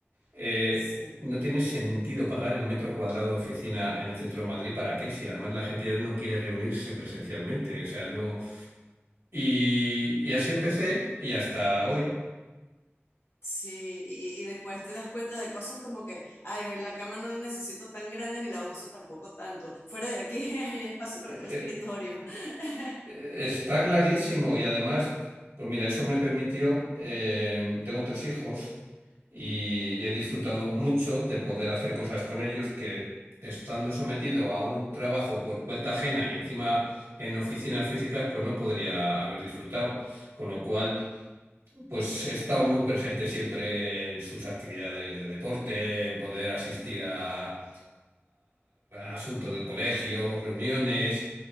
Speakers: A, on the right (about 85°); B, on the left (about 75°).
A: Eh,
B: sí.
A: no tiene sentido pagar el metro cuadrado de oficina en el centro de Madrid, ¿para qué? Si además la gente ya no quiere reunirse presencialmente, o sea, no... Y, y así empecé y hasta hoy.
B: Sí, y, y después te das cuenta de cosas como que, ay, la cama no la necesito tan grande ni la uso tampoco tanto. Fuera de aquí <laughs> hay espacio
A: Eh,
B: para otro escritorio.
A: eh,
B: <laughs>
A: Está clarísimo y además, pues mira, eso me permitió, eh, tengo tres hijos y he disfrutado mucho de poder hacer cosas con ellos que estando sometido a un trabajo por cuenta ajena y encima en oficinas físicas, pues no podría haber disfrutado. Con lo cual... Pues he estado muy presente siempre en sus actividades de deporte, en poder asistir a, a- asuntos del colegio, reuniones.